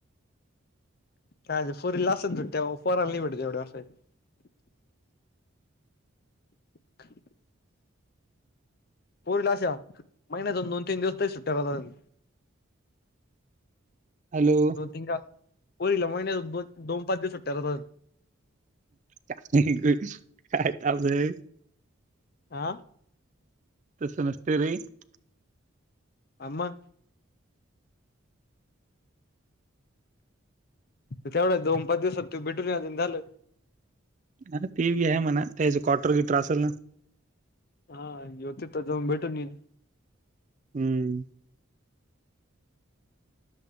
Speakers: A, on the left; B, on the right.
A: <unintelligible> <unintelligible> पोरीना अशा महिन्यातून दोन तीन दिवस तरी सुट्ट्या करतात.
B: हॅलो
A: दोन तीन का होर ल मना बछ <unintelligible> दोन पाच दिवस सुट्ट्या.
B: का काय तबलं <unintelligible>
A: आ.
B: <unintelligible>
A: आम्हा.. तेवढ्या दोन पाच दिवसात तू भेटून या झालं.
B: हा ते बी आहे म्हणा त्याच क्टर गिटर असेल ना.
A: हा होते तिथं जाऊन भेटून ये.
B: हम्म.